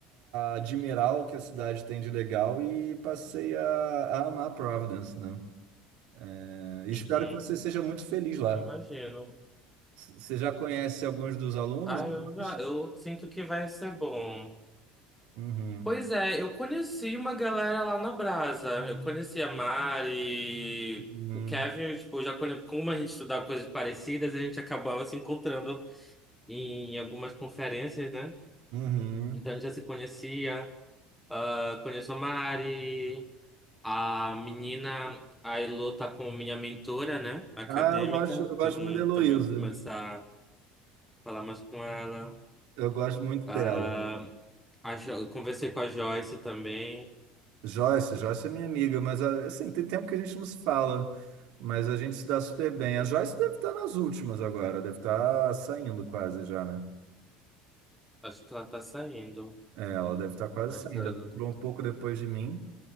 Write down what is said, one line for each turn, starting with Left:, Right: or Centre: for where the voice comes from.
Right: a admirar o que a cidade tem de legal e passei a, a amar Providence, né? É, e espero
Centre: Uhum.
Right: que você seja muito feliz lá.
Centre: Eu Imagino.
Right: C- Você já conhece alguns dos alunos?
Centre: Ah,
Right: atuais?
Centre: eu, ah, eu sinto que vai ser bom.
Right: Uhum.
Centre: Pois é, eu conheci uma galera lá na Brasa. Eu conheci a Mari,
Right: Uhum.
Centre: o Kevin, tipo, já conhe... como a gente estudava coisas parecidas, a gente acabava se encontrando em algumas conferências, né?
Right: Uhum.
Centre: Então a gente já se conhecia. Ah, conheço a Mari, a menina, a Elô tá com minha mentora, né? Acadêmica,
Right: Ah, eu gosto,
Centre: então
Right: eu gosto muito da Heloísa.
Centre: também vou começar a falar mais com ela.
Right: Eu gosto muito dela.
Centre: Ah, a Jo- eu conversei com a Joyce também.
Right: Joyce, Joyce é minha amiga, mas ah, assim, tem tempo que a gente não se fala, mas a gente se dá super bem. A Joyce deve estar nas últimas agora, deve estar saindo quase já, né?
Centre: Acho que ela tá saindo.
Right: É, ela deve estar quase
Centre: Acho
Right: saindo,
Centre: que ela
Right: ela entrou
Centre: tá.
Right: um
Centre: tá-
Right: pouco depois de mim,